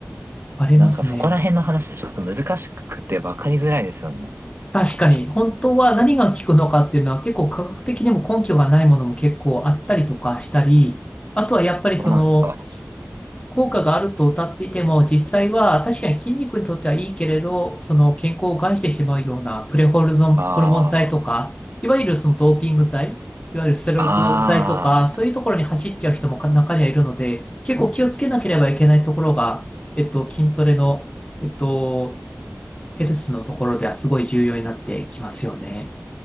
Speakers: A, on the left; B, on the right.
A: ありますね。
B: なんかそこら辺の話ってちょっと難しくて分かりづらいですよね。
A: 確かに、
B: あ、
A: 本当は何が効くのかっていうのは結構科学的にも根拠がないものも結構あったりとかしたり、あとはやっぱりその
B: そうなんですか。
A: 効果があると謳っていても、実際は確かに筋肉にとってはいいけれど、その健康を害してしまうようなプレホルゾン、
B: あ
A: ホルモン剤とか、いわゆるそのドーピング剤、いわゆるステロイド剤とか、
B: あ、
A: そういうところに走っちゃう人も中にはいるので、
B: ああ、
A: 結構気をつけなければいけないところが、えっと、筋トレの、えっと、ヘルスのところではすごい重要になってきますよね。